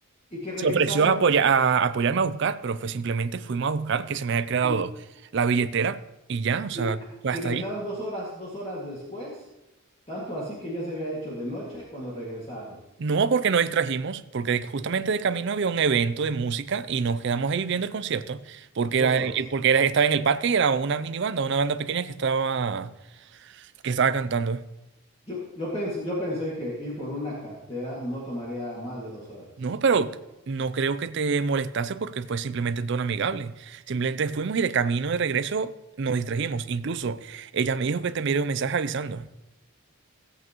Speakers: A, on the left; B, on the right.
A: Y que regresaron
B: se ofreció a, apoya- a apoyarme a buscar, pero fue simplemente fuimos a buscar que se me había quedado
A: y,
B: la billetera y ya, o sea,
A: y,
B: fue
A: y
B: hasta
A: regresaron
B: ahí.
A: dos horas, dos horas después, tanto así que ya se había hecho de noche cuando regresaron,
B: No porque nos distrajimos, porque de- justamente de camino había un evento de música y nos quedamos ahí viendo el concierto, porque
A: dos
B: era,
A: horas.
B: eh, porque era, estaba en el parque y era una mini banda, una banda pequeña que estaba, que estaba cantando.
A: Yo, yo pensé, yo pensé que ir por una cartera no tomaría más de dos horas.
B: No, pero no creo que te molestase porque fue simplemente en tono amigable. Simplemente fuimos y de camino de regreso nos distrajimos. Incluso ella me dijo que te enviaría un mensaje avisando.